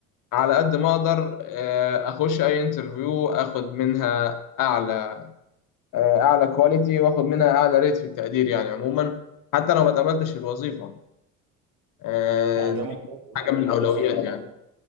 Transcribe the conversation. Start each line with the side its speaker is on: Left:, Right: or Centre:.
Left: على قد ما أقدر آه، أخش أي انترفيو أخد منها أعلى آه، اعلى كواليتي واخد منها اعلى ريت في التقدير يعني عموما حتى لو ما اتقبلتش الوظيفه آه،
Right: آه، ده
Left: دي
Right: ممتاز
Left: حاجه من
Right: منك
Left: الاولويات
Right: بصراحة
Left: يعني